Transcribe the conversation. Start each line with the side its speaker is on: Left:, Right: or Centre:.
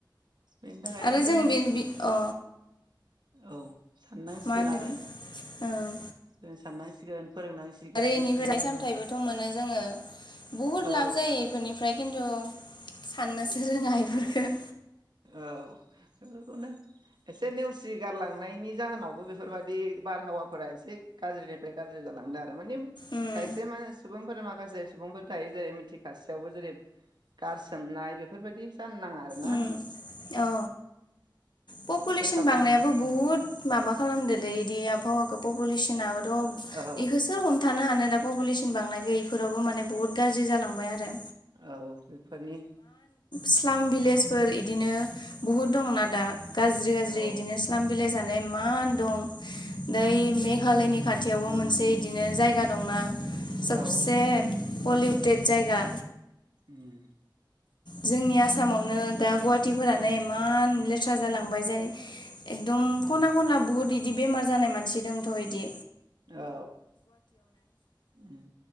Right: बेनि थाखायनो
Left: आरो
Right: जों
Left: बे बि अ
Right: औ साननांसिगोन
Left: मा होनदोंमोन
Right: आरो
Left: ओं
Right: जों साननांसिगोन फोरोंनांसिगोन
Left: आरो इनिफ्राय
Right: गियान
Left: फिथाय सामथाइबोथ मोनो जोङो बुहुत
Right: औ
Left: लाब जायो इफोरनिफ्राय खिन्थु साननोसो रोङा इफोरफोरखौ
Right: औ बेफोरखौनो <unintelligible> एसे नेवसि सिगारलांनायनि जाहोनावबो बेफोरबायदि बारहावाफोरा एसे गाज्रिनिफ्राय गाज्रि जालांदों माने
Left: उम
Right: खायसे मान <unintelligible> सुबुं सुबुंफोरा माखासे सुबुंफोर थायो जेरै मिथिखासेयावबो जेरै गारसोमनाय बेफोरबायादि जानो नाङा आरो ना
Left: उम औ पपुलेसन
Right: फोसाबलांनांसिगौ
Left: बांनायाबो बुहुद माबा खालामदोलै बिदि आबहावाखौ पपुलेसनाबो बेखौ
Right: औ
Left: सोर हमथानो हानो दा पपुलेसन बांनाय गैयैफोरावबो माने बुहुत गाज्रि जालांबाय आरो
Right: औ बेफोरनि
Left: स्लां भिलेजफोर इदिनो बहुद दंना दा गाज्रि गाज्रि
Right: औ
Left: बिदिनो स्लाम बिलाइ जानाय दै इमान दं दै मेघालयनि खाथियावबो मोनसे बिदिनो जायगा दंना सबसे
Right: औ
Left: पलिउटेड जायगा
Right: उम
Left: जोंनि आसामावनो दा गुवाहाटी फोरानो इमान लेथ्रा जालांबाय जाय एकदम खना खनला बुहुत इदि बेमार जानाय मानसि दंथ बिदि
Right: औ उम